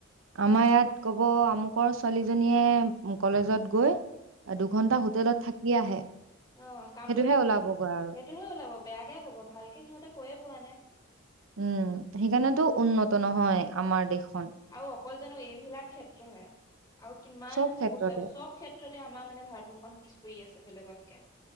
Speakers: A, on the right (about 70°); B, on the left (about 20°).
A: আমাৰ ইয়াত ক'ব আমুকৰ ছোৱালীজনীয়ে কলেজত গৈ দুঘন্টা
B: উম,
A: হোটেলত থাকি আহে
B: আহ কাম
A: সেইটোহে
B: কৰি কৰি
A: ওলাবগৈ
B: সেইটোহে
A: আৰু
B: ওলাব বেয়াকেহে ক'ব ভালকে সিহঁতে কৈয়ে পোৱা নাই।
A: উম, সেইকাৰণেতো উন্নত নহয় আমাৰ দেশত।
B: আৰু অকল জানো এইবিলাক ক্ষেত্ৰহে। আৰু কিমান
A: চব
B: বিলাক
A: ক্ষেত্ৰতে
B: বচোৱা আৰু চব ক্ষেত্ৰত আমাৰ মানে ভাৰতবৰ্ষখন পিছ পৰি আছে বেলেগতকে।